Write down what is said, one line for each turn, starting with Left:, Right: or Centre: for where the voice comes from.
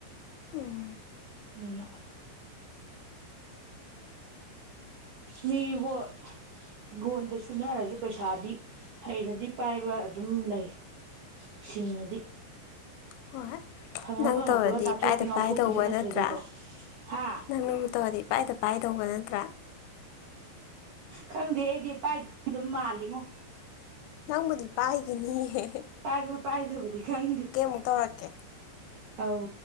Left: ꯎꯝ
Right: ꯅꯅ ꯃꯤꯕꯨꯣ ꯍꯤꯡꯒꯣꯟꯗ ꯁꯨꯅꯔꯁꯨ ꯄꯩꯁꯥꯗꯤ ꯍꯩꯅꯗꯤ ꯄꯥꯏꯕ ꯑꯗꯨꯝ ꯂꯩ ꯁꯤꯡꯉꯗꯤ
Left: ꯍꯣꯏꯣꯏ
Right: ꯐꯪꯉ
Left: ꯅꯪ
Right: ꯐꯪꯉꯛꯄꯒ
Left: ꯇꯧꯔꯗꯤ
Right: ꯆꯥꯊꯣꯛꯄꯤ
Left: ꯏꯄꯥꯥꯏꯗ
Right: ꯉꯥꯎꯊꯣꯛꯄꯤꯗꯨ
Left: ꯄꯥꯏꯗꯧꯕ
Right: ꯅꯠꯇ꯭ꯔꯗꯤꯀꯣ
Left: ꯅꯠꯇ꯭ꯔꯥ
Right: ꯍꯥ
Left: ꯅꯪꯅꯕꯨ ꯇꯧꯔꯗꯤ ꯏꯄꯥꯥꯏꯗ ꯄꯥꯏꯗꯧꯕ ꯅꯠꯇ꯭ꯔ ꯄꯨ꯭ꯔꯥ
Right: ꯈꯪꯗꯦ ꯑꯩꯗꯤ ꯄꯥꯏ ꯑꯗꯨꯝ ꯃꯥꯜꯂꯤꯉꯣ
Left: ꯅꯪꯕꯨꯗꯤ ꯄꯥꯏꯒꯅꯤꯍꯦ
Right: ꯄꯥꯏꯕ ꯄꯥꯏꯗꯕꯗꯤ ꯈꯪꯗꯦ
Left: ꯑꯃꯨꯛ ꯇꯧꯔꯛꯀꯦ
Right: ꯑꯥꯎ